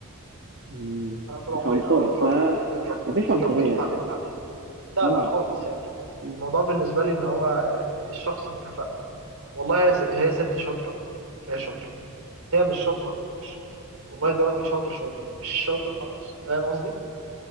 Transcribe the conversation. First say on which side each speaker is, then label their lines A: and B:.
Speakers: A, on the right; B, on the right.
A: مم.
B: انا طول
A: مش
B: عمري
A: عنصري
B: او انا اترب-
A: ما
B: اترب-
A: ما فيش
B: اتربيت
A: عنصريه
B: وتعلمت عليه لا
A: مم.
B: لا خالص يعني
A: مم.
B: الموضوع بالنسبه لي ان هو آه، الشخص بكفاءته والله هي س- هي ست شاطره فهي شاطره هي مش شاطره مش شاطره والله ده راجل شاطر شاطر مش شاطر خلاص فاهم قصدي